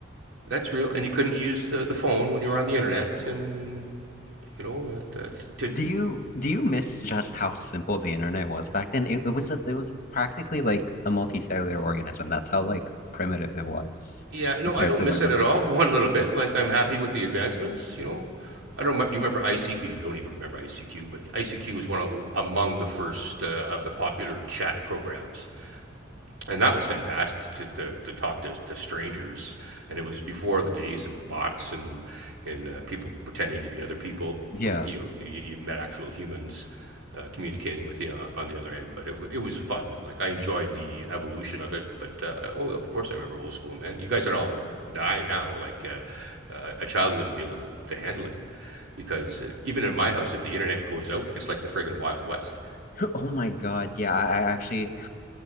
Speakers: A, on the right; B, on the left.
A: That's real. And you couldn't use the, the phone when you were on the internet, and you know, uh, to
B: Do you do you miss just how simple the internet was back then? It, it was a, it was practically like a multicellular organism. That's how like primitive it was
A: Yeah, no,
B: compared
A: I don't
B: to
A: miss
B: what it
A: it
B: was.
A: at
B: now.
A: all. <laughs> One little bit. Like I'm happy with the advancements. You know, I don't. remem- You remember ICQ? You don't even remember ICQ, but ICQ was one of, among the first uh, of the popular chat programs and that was fantastic to, to, to talk to, to strangers. And it was before the days of bots and and uh, people pretending to be other people.
B: Yeah.
A: Like you, you, you met actual humans uh, communicating with you uh, on the other end. But it, it was fun. Like I enjoyed the evolution of it. But uh, oh, of course, I remember old school, man. You guys would all die now. Like uh, uh, a child wouldn't be able to, to handle it because uh, even in my house, if the internet goes out, it's like the friggin' wild west.
B: <laughs> Oh my God. Yeah. I, I actually